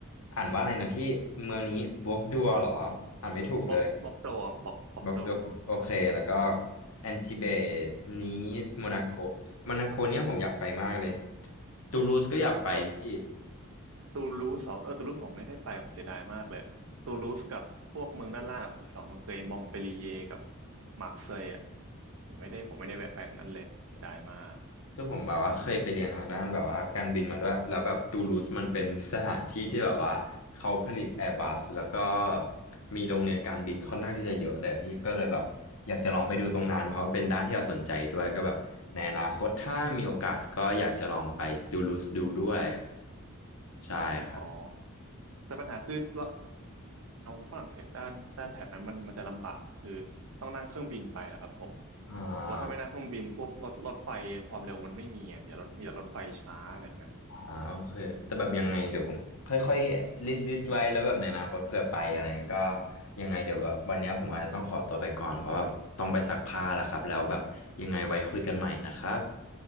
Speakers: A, on the left (about 75°); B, on the right (about 70°).
A: อ่านว่าอะไรนะพี่เมืองนี้บวกดัวเหรออ่านไม่ถูกเลย
B: บอกบอกโดอ่ะบอกบอกโด
A: บล็อกโดโอเคแล้วก็แอนติเบสนีสโมนาโก
B: ครับผ
A: โมนาโกเนี่ยผมอยากไปมากเลยตูลูสก็อยากไปพี่
B: ม ตูลูสเหรอเออตูลูสผมไม่ได้ไปผมเสียดายมากเลยตูลูสกับพวกเมืองด้านล่างอะอีกสองเมืองเคยมองเปลีเยกับมาร์เซยอ่ะผมไม่ได้ผมไม่ได้แวะไปอย่างนั้นเลยเสียดายมาก
A: คือผมแบบว่าเคยไปเรียนทางด้านแบบว่าการบินมาด้วยแล้วแบบตูลูสมันเป็นสถานที่ที่แบบว่าเขาผลิตแอร์บัสแล้วก็แบบมีโรงเรียนการบินค่อนข้างที่จะเยอะเลยพี่ก็เลยแบบอยากจะลองไปดูตรงนั้นเพราะมันเป็นด้านที่เราสนใจด้วยก็แบบในอนาคตถ้ามีโอกาสก็อยากจะลองไปตูลูสดูด้วยใช่ครับ
B: อ๋อแต่ปัญหาคือว่าเอาฝรั่งเศสด้านด้านแถบนั้นมันมันจะลำบากคือต้องนั่งเครื่องบินไปนะครับผม
A: อ่า
B: เพราะว่าถ้าไม่นั่งเครื่องบินพวกรถรถไฟความเร็วมันไม่มีอะมีแต่รถมีแต่รถไฟช้าอะไรอย่างนั้น
A: อ่าโอเค แต่แบบยังไงเดี๋ยวผมค่อยๆ ลิสต์ลิสต์ไว้แล้วแบบในอนาคตเผื่อไปอะไรเงี้ยก็ยังไงเดี๋ยวแบบวันเนี้ยผมอาจจะต้องขอตัวไปก่อนเพราะว่าต้องไปซักผ้าแล้วครับ แล้วแบบยังไงไว้คุยกันใหม่นะครับ